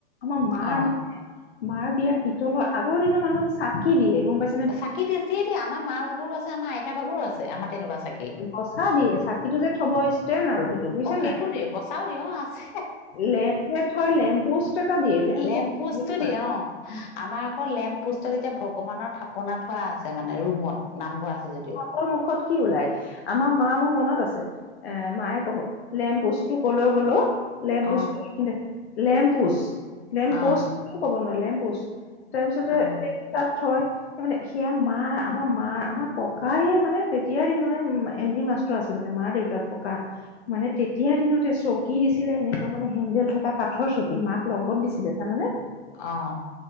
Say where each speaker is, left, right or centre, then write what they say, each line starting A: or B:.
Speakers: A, on the left (about 65°); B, on the left (about 45°).
A: আমাৰ মাৰ
B: অ
A: মানে, মাৰ বিয়াত পিতলৰ আগৰ দিনৰ মানুহক চাকি দিয়ে গম পাইছা
B: চাকি তেজ দিয়ে দে আমাৰ মাৰ ভাগৰো আছে, আমাৰ আইতাৰ ভাগৰো আছে, আমাৰ তেনেকোৱা চাকি।
A: গচা দিয়ে, চাকিটো যে থব ষ্টেণ্ড আৰু সেইটো, বুজিছে
B: অ সেইটো
A: নাই?
B: দিওঁ গছাও দিওঁ অ আছে
A: লেম যে থয়, লেম পোষ্ট। এটা দিয়ে লেম্প
B: লেম পোষ্টটো
A: পোষ্ট
B: দিয়ে অ', আমাৰ আকৌ লেম্প পোষ্টত এতিয়া ভগৱানৰ থাপনা থোৱা আছে মানে ৰুমত, নামঘৰ আছে যদিও
A: ক'ৰ মুখত কি ওলাই আমাৰ মা মোৰ মনত আছে। এ মায়ে কব লেম্পষ্টটো কলৈ গ'ল অ? লেম্পোচ
B: অ
A: লেম্পোচ লেম্পপোষ্ট
B: অ
A: কৱ নোৱাৰে লেম্পোচ। তাৰপিছতে
B: অ
A: তাত থয় তাৰ মানে সেয়া মা। আমাৰ মা আমাৰ ককায়ে মানে তেতিয়া দিনৰে এম ভিৰ মাষ্টৰ আছিল মানে মাৰ দেউতাক ককা মানে তেতিয়া দিনতে চকী দিছিলে এনেকোৱা মানে হেণ্ডেল থকা কাঠৰ চকী মাক লগত দিছিলে জানানে।
B: অ